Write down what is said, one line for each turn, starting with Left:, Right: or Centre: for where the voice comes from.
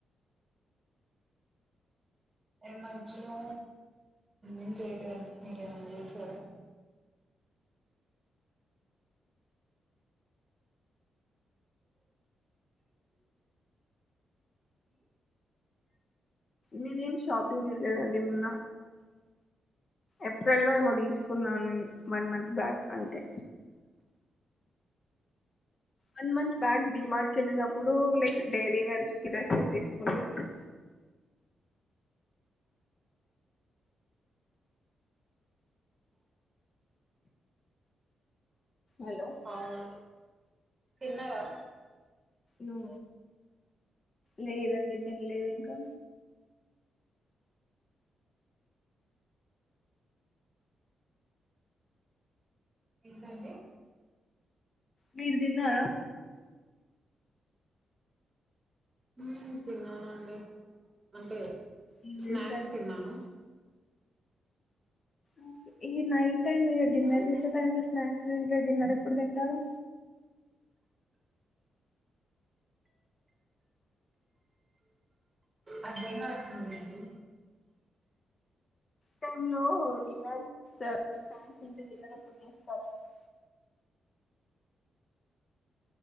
Right: ఇ మధ్యలో ఏం చేయలేదండి మీరేమన్నా చేసరే
Left: నేనేం షాపింగ్ చేయలేదండి మొన్న ఏప్రిల్ లో ఏమో తీసుకున్నాను నేను వన్ మంత్ బ్యాక్ అంతే వన్ మంత్ బ్యాక్ డీమార్ట్కెలినప్పుడు లైక్ డైలీ వేర్కి డ్రెస్సెస్ తీసుకునన్ను హలో
Right: అవునా తిన్నారా
Left: నో లేదండి తిన్లేదింకా
Right: ఏంటండీ
Left: మీరుదిన్నరా
Right: ఊ తిన్నానండి అంటే
Left: ఏం
Right: స్నాక్స్
Left: చేశారు
Right: తిన్నాను
Left: ఊ ఈ నైట్టైమూ ఇగ డిన్నర్
Right: మ్మ్
Left: జేసే టైంలో స్నాక్స్ ఏం తే డిన్నరెప్పుడు తింటారు
Right: అర్ధంకాట్లేదు
Left: టైంలో డిన్నర్ స్నాక్స్ తింటే డిన్నరెప్పుడు చేస్తారండి